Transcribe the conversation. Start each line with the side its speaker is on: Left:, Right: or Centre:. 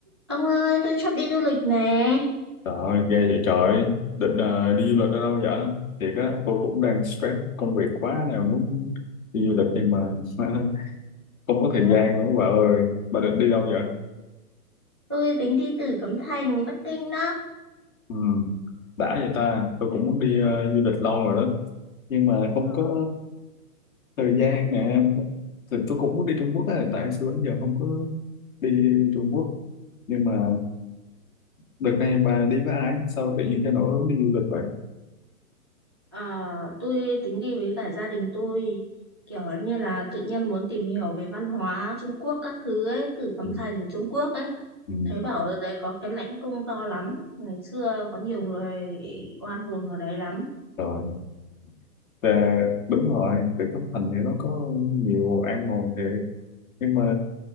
Right: Ông ơi, tôi sắp đi du lịch nè.
Left: Trời ơi, ghê vậy trời ơi. định ờ, đi du lịch ở đâu vậy? Thiệt á, tôi cũng đang stress công việc quá nè, muốn đi du lịch nhưng mà <laughs> không có thời
Right: Ừ,
Left: gian nữa bà ơi. Bà định đi đâu vậy?
Right: Tôi tính đi từ Cấm Thành, Bắc Kinh đó.
Left: Ừ, đã vậy ta, tôi cũng muốn đi ờ, du lịch lâu rồi đó, nhưng mà không
Right: Ờ,
Left: có thời gian nè. Thì tôi cũng muốn đi Trung Quốc á, tại xưa đến giờ không có đi Trung Quốc. Nhưng mà đợt này bà đi với ai? Sao tự nhiên cho nổi hứng đi du lịch vậy?
Right: À, tôi tính đi với cả gia đình tôi. Kiểu như là tự nhiên muốn tìm hiểu về văn hóa Trung Quốc các thứ ấy, từ Cấm
Left: Ừ,
Right: Thành Trung Quốc ấy.
Left: ừ.
Right: Thấy bảo ở đấy có cái lãnh cung to lắm. Ngày xưa có nhiều người oan hồn ở đấy lắm.
Left: Rồi. Dạ, đúng rồi, từ Thất Thành thì nó có nhiều an hồn thiệt Nhưng mà